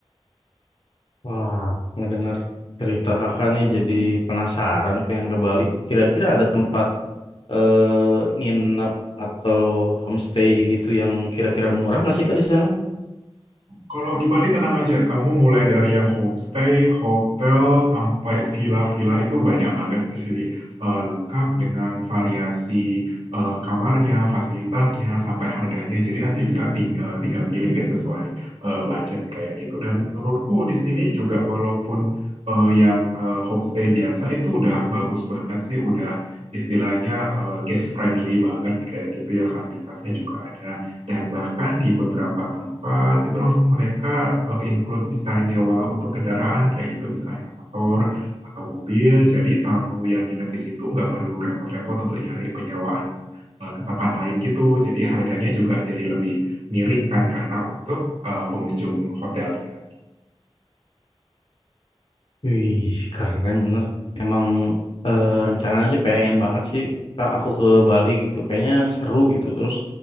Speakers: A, on the left; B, on the right.
A: Wah, ngedengar cerita kakak nih jadi penasaran pengen ke Bali. Kira-kira ada tempat eh nginap atau homestay gitu yang kira-kira murah nggak sih kak di sana?
B: Kalau di Bali tenang aja, kamu mulai dari yang homestay, hotel, sampai villa-villa itu banyak banget di sini. Eh, lengkap dengan variasi eh, kamarnya, fasilitasnya, sampai harganya. Jadi nanti bisa ting- eh, tinggal pilih deh sesuai eh, budget kayak gitu. Dan menurutku di sini juga walaupun eh, yang eh, homestay biasa itu udah bagus banget sih, udah istilahnya eh, guest friendly banget kayak gitu ya fasilitasnya juga ada. Dan bahkan di beberapa tempat itu langsung mereka eh, include bisa nyewa untuk kendaraan kayak gitu misalnya motor atau mobil. Jadi tamu yang nginep di situ nggak perlu repot-repot untuk nyari penyewaan eh, ke tempat lain gitu. Jadi harganya juga jadi lebih miring kan karena untuk eh, pengunjung hotelnya.
A: Wih, keren bener. Emang eh, rencananya sih pengen banget sih Kak, aku ke Bali gitu. Kayaknya seru gitu. Terus